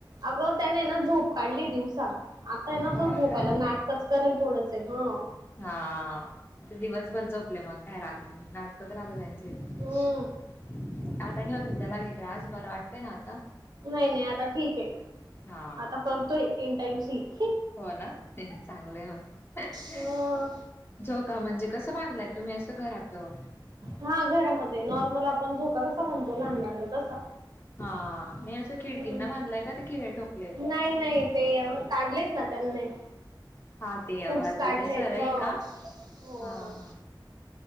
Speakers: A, on the right; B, on the left.
A: अगं त्याने ना झोप काढली दिवसा आता ना
B: हा
A: तो झोपायला
B: का
A: नाटकच करेल थोडसे हं
B: हा ते दिवसभर झोपले मग काय रात्री नाटकच राहत त्यांचे
A: हम्
B: आता नाही होत त्याला मात आज बरं वाटतंय ना आता
A: नाही नाही आता ठीक आहे
B: हा
A: आता करतोय तीन टाइम्स ही
B: हो ना चांगलंय मग.
A: ह
B: झोका म्हणजे कसं बांधलाय तुम्ही असं घरात अ
A: हा घरामध्ये नॉर्मल आपण झोका कसा बाणतो लहान बाळाला तसा.
B: हा नाही असं खिडकींना
A: हम्म.
B: बांधलाय का ते खिळ ठोकलेत.
A: नाही नाही ते काढलेत ना त्यांनी.
B: हा ते
A: हूक्स
B: वरती
A: काढलेत
B: ते सरई
A: ह हो
B: का हा
A: हो.
B: हा